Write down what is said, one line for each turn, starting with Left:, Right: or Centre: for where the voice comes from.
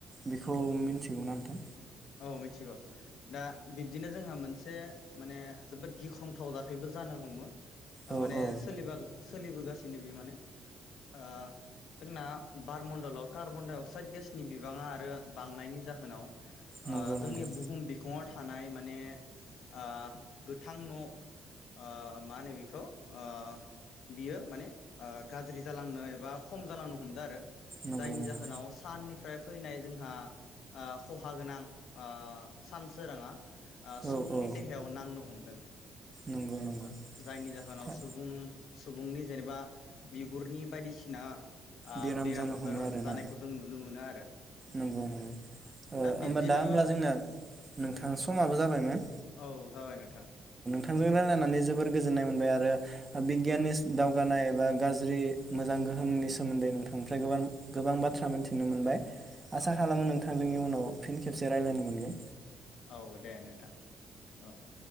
Right: बेखौ मिथिगौना नोंथां?
Left: औ मिथिगौ दा बिब्दिनो जोंहा मोनसे माने जोबोद गिख्रंथाव जाथायबो जानो हमो ओमाने
Right: औ औ
Left: सोलि बा सोलिबोगासिनो बेयो माने ओ जोंना बारमण्डलाव कार्बन दडाइ अक्साइद गेसनि बिबाङा आरो बांनायनि जाहोनाव ओ
Right: नंगौ
Left: जोंनि
Right: नंगौ
Left: बुहुम बिखङाव था थानाय माने ओ गोथां न' ओ मा होनो बेखौ ओ बियो माने ओ गाज्रि जालांनो एबा खम जालांनो हमदों आरो
Right: नंगौ
Left: जायनि
Right: नंगौ
Left: जाहोनाव साननि फ्राय फैनाय जोंहा खहा गोनां ओ सान सोराङा ओ सुबुंनि
Right: औ औ
Left: देहायाव नांनो हम दों
Right: नंगौ नंगौ
Left: आ जायनि जाहोनाव
Right: थार
Left: सुबुं सुबुंनि जेनेबा बिगुरनि बायदिसिना आ
Right: बेराम
Left: बेरामफोर
Right: जानो हमो आरोना
Left: जानायखौ जों नुनो मोनो आर
Right: नंगौ नंगौ ओ
Left: बिब्दिनो
Right: ओमबा दा होमब्ला जोंना नोंथां समाबो जाब बायमोन
Left: औ जाबाय नोंथां
Right: थांजों रायलायनानै जोबोद गोजोननाय मोनबाय आरो आ बिगियाननिस दावगानाय एबा गाज्रि मोजां गोहोमनि सोमोन्दै नोंथांनिफ्राय गोबां गोबां बाथ्रा मोनथिनो मोनबाय। आसा
Left: औ
Right: खालामो नोंथांजोंनि उनाव फिन खेबसे रायलायनो मोनगोन।
Left: औ दे नोंथां औ। <inaudible>